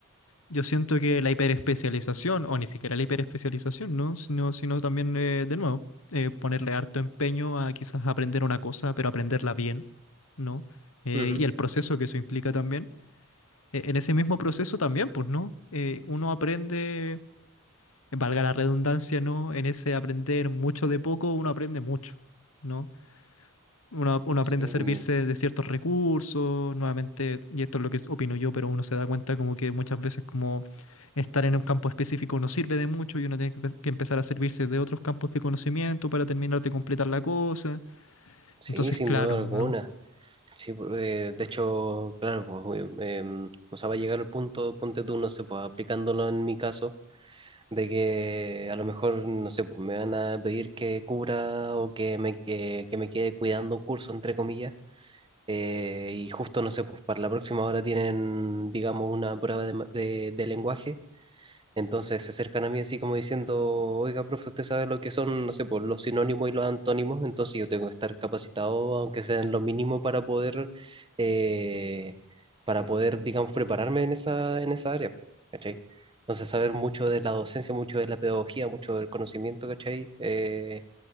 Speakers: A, on the left; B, on the right.
A: Yo siento que la hiperespecialización, o ni siquiera la hiperespecialización, ¿no? Sino, sino también, eh, de nuevo, eh, ponerle harto empeño a quizás aprender una cosa, pero aprenderla bien, ¿no? Eh,
B: Ujú.
A: y el proceso que eso implica también. Eh, en ese mismo proceso también, pues, ¿no? Eh, uno aprende, valga la redundancia, ¿no? En ese aprender mucho de poco, uno aprende mucho, ¿no? Uno, uno aprende
B: Sí,
A: a servirse
B: mm,
A: de ciertos recursos, nuevamente, y esto es lo que opino yo, pero uno se da cuenta como que muchas veces como estar en un campo específico no sirve de mucho y uno tiene que empe- que empezar a servirse de otros campos de conocimiento para terminar de completar la cosa.
B: sí,
A: Entonces,
B: sin
A: claro,
B: duda alguna.
A: ¿no?
B: Sí, por- eh, de hecho, claro, pues, eh, em, o sea, va a llegar el punto, ponte tú, no sé, pues aplicándolo en mi caso, de que a lo mejor, no sé, pues me van a pedir que cubra o que me, que, que me quede cuidando un curso, entre comillas Eh, y justo, no sé, pues para la próxima hora tienen, digamos, una prueba de, ma- de- de lenguaje. Entonces se acercan a mí así como diciendo, oiga, profe, usted sabe lo que son, no sé, pues los sinónimos y los antónimos, entonces yo tengo que estar capacitado, aunque sea en lo mínimo, para poder, eh, para poder, digamos, prepararme en esa, en esa área, ¿cachai? Entonces saber mucho de la docencia, mucho de la pedagogía, mucho del conocimiento, ¿cachai? Eh,